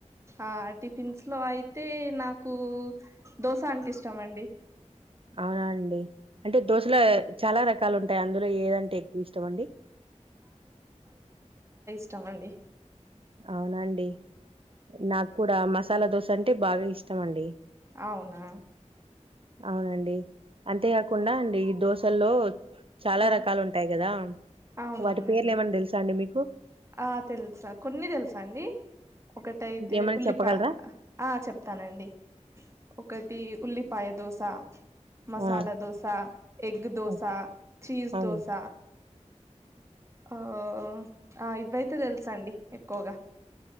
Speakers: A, on the right; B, on the right.
A: ఆ టిఫిన్స్ లో అయితే నాకు దోశ అంటే ఇష్టమండి.
B: అవునా అండి. అంటే దోశల చాలా రకాలు ఉంటాయి, అందులో ఏదంటే ఎక్కువ ఇష్టం అండి.
A: ష్టమండి.
B: అవునాండి నా కూడా మసాలా దోస అంటే బాగా ఇష్టమండి.
A: అవునా
B: అవునండి అంతేకాకుండా అండి ఈ దోశ హలో చాలా
A: ఆ
B: రకాలు ఉంటాయి కదా
A: అవునవునండి
B: వాటి పేర్లు ఏమన్నా తెలుసా అండి మీకు హు
A: ఆ తెల్సా కొన్ని తెలుసండి. ఒకటైతే
B: ఏమైనా
A: ఉల్లిపాయ
B: చెప్పగలరా?
A: ఆ చెప్తానండి ఒకటి ఉల్లిపాయ దోస మసాలా
B: ఆ!
A: దోసా, ఎగ్ దోస,
B: ఆ!
A: చీజ్
B: అవును.
A: దోస ఆ ఆ ఇవయితే తెలుసండి ఎక్కువగా